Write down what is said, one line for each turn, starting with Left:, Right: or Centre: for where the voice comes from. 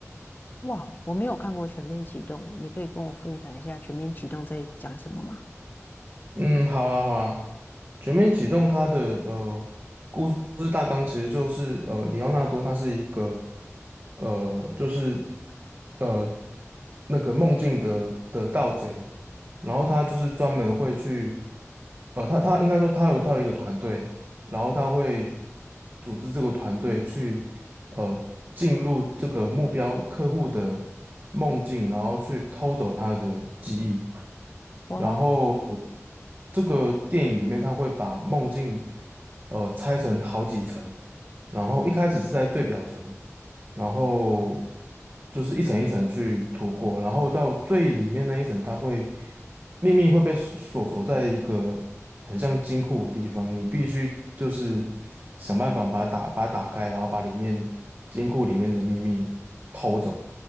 Left: 哇，我没有看过《全面启动》，诶，你可以跟我分享一下《全面启动》在讲什么吗？
Right: 嗯，好啊好啊，《全面启动》它的呃。就是大纲其实就是呃，里奥纳多他是一个呃，就是呃那个梦境的的盗贼，然后他就是专门会去呃，他他应该说他有到一个团队，然后他会组织这个团队去呃进入这个目标客户的梦境，然后去偷走他的记忆。
Left: 哦
Right: 然后这个电影里面，他会把梦境呃拆成好几层，然后一开始是在最表层，然后就是一层一层去突破，然后到最里面那一层，它会秘密会被锁锁在一个很像金库的地方，你必须就是想办法把它打把它打开，然后把里面金库里面的秘密偷走，